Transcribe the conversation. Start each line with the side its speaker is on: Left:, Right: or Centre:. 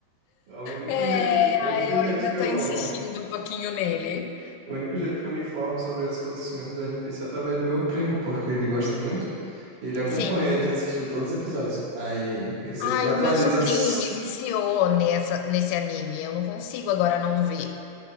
Right: o único
Left: é,
Right: jeito, o
Left: aí
Right: único
Left: eu
Right: jeito
Left: ainda
Right: que eu
Left: tô insistindo um pouquinho nele.
Right: O único jeito que eu me informo sobre os acontecimentos do One Piece é através do meu primo, porque ele gosta muito. E ele acompanha,
Left: Sim,
Right: ele já assistiu todos os episódios. Aí ele sempre
Left: Ai,
Right: me atualiza.
Left: o meu sobrinho
Right: as-
Left: me viciou nessa, nesse anime. Eu não consigo agora não ver.